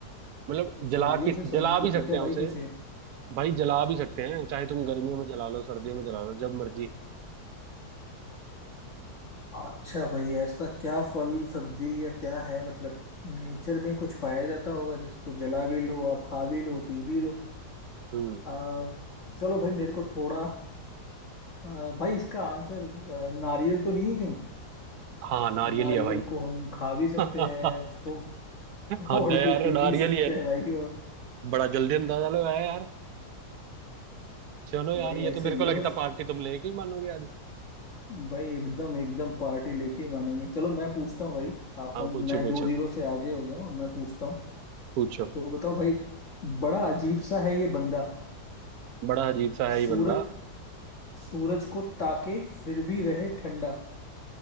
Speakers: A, on the right; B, on the left.
A: मतलब
B: तो
A: जला
B: सर्दियों
A: किस
B: से संबंधित
A: जला भी सकते
B: है क्या भाई
A: हैं उसे
B: कुछ ये
A: भाई जला भी सकते हैं चाहे तुम गर्मियों में जला लो सर्दियों में जला लो जब मर्जी
B: अच्छा भाई ऐसा क्या फल सब्जी या क्या है मतलब नेचर में कुछ पाया जाता होगा जिसको जला भी लो आप खा भी लो पी भी लो
A: हम्म
B: आ, चलो भाई मेरे को थोड़ा आ, भाई इसका आंसर आ, नारियल तो नहीं है कहीं
A: हाँ नारियल
B: नारियल
A: ही है
B: को हम खा भी सकते
A: भाई
B: हैं उसको
A: <laughs>
B: <laughs> तोड़
A: हद है यार
B: के पी भी
A: नारियल
B: सकते
A: ही है
B: हैं भाई और <laughs>
A: बड़ा जल्दी अंदाजा लगाया यार चलो यार
B: भाई
A: ये
B: ऐसे
A: तो मेरे
B: ही
A: को
B: है
A: लगता
B: बस
A: पार्टी तुम लेके ही मानोगे आज
B: भाई एकदम एकदम पार्टी लेके ही मानेंगे चलो मैं पूछता हूँ भाई अपन
A: हाँ पूछो
B: मैं
A: पूछो
B: दो जीरो से आगे हो गया हूँ मैं पूछता हूँ
A: पूछो
B: तो बताओ भाई बड़ा अजीब सा है ये बंदा
A: बड़ा अजीब सा है
B: सूरज
A: ये बंदा
B: सूरज को ताके फिर भी रहे ठंडा